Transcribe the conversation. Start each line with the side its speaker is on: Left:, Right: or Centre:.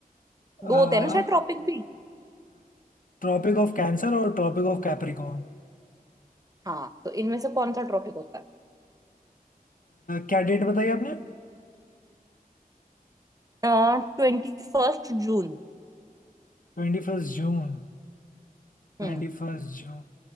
Left: हाँ
Right: दो होते हैं ना शायद ट्रॉपिक भी
Left: ट्रॉपिक ऑफ कैंसर और ट्रॉपिक ऑफ कैप्रिकॉर्न
Right: हाँ तो इनमें से कौन सा ट्रॉपिक होता है
Left: क्या डेट बताई आपने
Right: ट्वेंटी फर्स्ट जून
Left: ट्वेंटी फर्स्ट जून ट्वेंटी
Right: हम्म
Left: फर्स्ट जून